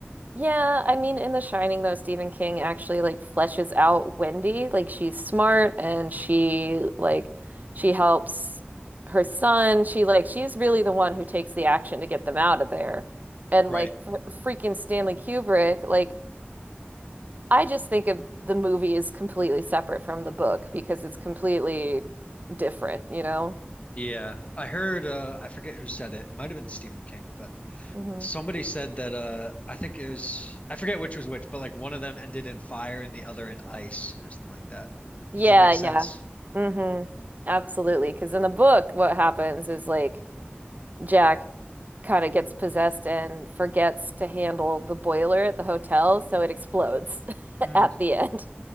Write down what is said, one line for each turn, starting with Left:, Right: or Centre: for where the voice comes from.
Right: Yeah, I mean, in The Shining, though, Stephen King actually like fleshes out Wendy. Like she's smart and she like she helps her son. She like she's really the one who takes the action to get them out of there. And
Left: Right.
Right: like for freaking Stanley Kubrick, like I just think of the movie is completely separate from the book because it's completely different, you know?
Left: Yeah. I heard, uh, I forget who said it. It Might have been Stephen King, but
Right: hmm
Left: somebody said that, uh, I think it was, I forget which was which, but like one of them ended in fire and the other in ice or something like that.
Right: Yeah,
Left: Does that make sense?
Right: yeah. hmm Absolutely. Because in the book, what happens is like Jack kind of gets possessed and forgets to handle the boiler at the hotel, so it explodes <laughs>
Left: Mm.
Right: at the end.